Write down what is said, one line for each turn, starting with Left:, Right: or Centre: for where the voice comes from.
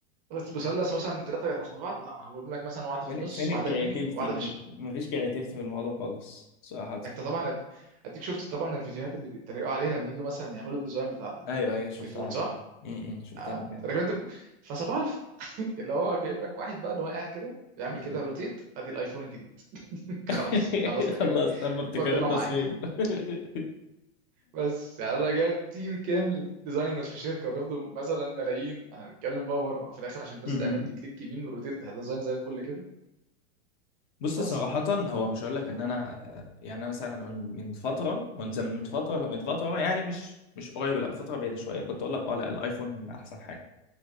Right: مثلث مثلا ثلاثه تحت بعض لا هجيب لك مثلا واحده
Left: فين
Right: في النص
Left: فين الكرياتيفيتي؟
Right: واحده يمين واحده في
Left: مفيش كرياتيفيتي في الموضوع خالص صراحة
Right: انت طبعا أد- اديك شفت طبعا الفيديوهات اللي بيتريقوا عليها لما يجوا مثلا يعملوا الديزاين بتاع ال-
Left: أيوه أيوه
Right: التليفون
Left: شفتها
Right: صح؟
Left: م- م، شفتها
Right: اه
Left: جامد
Right: تقريبا انت ب- فصباح الف <laughs> اللي هو جايب لك واحد بقى اللي هو قاعد كده بيعمل
Left: م-
Right: كده
Left: م.
Right: روتيت ادي الايفون الجديد <laughs>
Left: <laughs>
Right: خلاص خلصنا كده
Left: خلاص تم ابتكار
Right: اتفضلوا
Left: التصميم
Right: معايا
Left: <laughs>
Right: بس يعني انا جايب تيم كامل ديزاينر في شركه وبياخدوا مثلا ملايين احنا بنتكلم بقى بره في الاخر عشان بس
Left: م-
Right: تعمل لي كليك يمين وروتيت ده ديزاين زي الفل كده
Left: بص
Right: بس
Left: صراحة هو مش هقول لك ان انا يعني انا مثلا من فترة من زم من فترة من فترة يعني مش مش قريب لا من فترة بعيدة شوية كنت اقول لك اه لا الايفون احسن حاجة